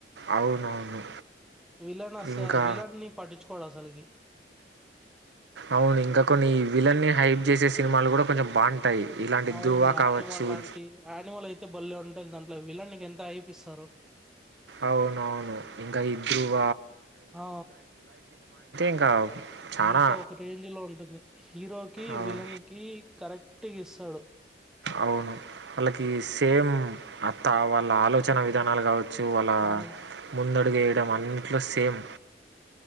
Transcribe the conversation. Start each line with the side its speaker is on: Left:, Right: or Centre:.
Right: అవునవును
Centre: విలన్ అసలు
Right: ఇంకా
Centre: విలన్‌ని పట్టించుకోడు అసలకి.
Right: అవును ఇంకా కొన్ని విలన్ హైప్ చేసే సినిమాలు కూడా కొంచెం బాగుంటాయి ఇలాంటి
Centre: అవును
Right: ధృవ
Centre: యానిమల్
Right: కావచ్చు
Centre: లాంటి యానిమల్ అయితే బళ్లే ఉంటేది దాంట్లో విలన్కిఎంత అయిపిస్తారు
Right: అవునవును ఇంక ఈ ధృవ
Centre: ఆ
Right: ఇంకా చానా
Centre: ఇంకా ఒక రేంజ్ లో ఉంటుంది హీరోకి
Right: అవును.
Centre: విలన్ కి కరెక్ట్ టిగిస్తాడు
Right: అవును వాళ్ళకి సేమ్ అత్త వాళ్ళ ఆలోచన జనాలు కావచ్చు చ్చు వాళ్ళ
Centre: అవును.
Right: ముంద అడు వేయటం అన్నిట్లో సేమ్